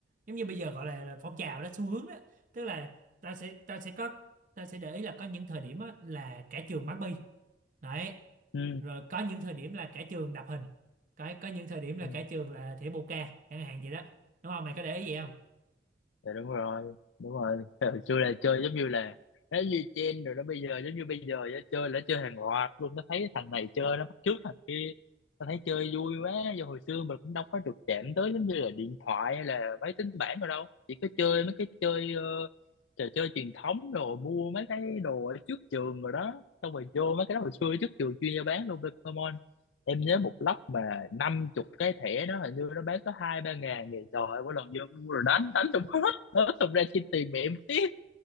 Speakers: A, on the right; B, on the left.
A: giống như bây giờ gọi là, là phong trào đó xu hướng đó tức là tao sẽ tao sẽ có tao sẽ để ý là có những thời điểm á, là cả trường bắn bi đấy
B: ừ
A: rồi có những thời điểm là cả trường đập hình có có những thời điểm là
B: ừ.
A: cả trường là thỉa bồ ca chẳng hạn vậy đó đúng không mày có để ý vậy không
B: Dạ đúng rồi, đúng rồi. <laughs> Hồi xưa là chơi giống như là nó như trend rồi đó bây giờ giống như bây giờ á, chơi là chơi hàng loạt luôn nó thấy thằng này chơi nó bắt chước thằng kia nó thấy chơi vui quá do hồi xưa mình cũng đâu có được chạm tới giống như là điện thoại hay là máy tính bảng rồi đâu chỉ có chơi mấy cái chơi ờ, trò chơi truyền thống rồi mua mấy cái đồ ở trước trường rồi đó xong rồi vô mấy cái đó hồi xưa trước trường chuyên gia bán luôn Pokemon em nhớ một lốc mà năm chục cái thẻ đó hình như nó bán có hai ba ngàn thì trời ơi mỗi lần vô mua rồi đánh đánh trong đó ớ thật ra chi tiền mẹ em tiếc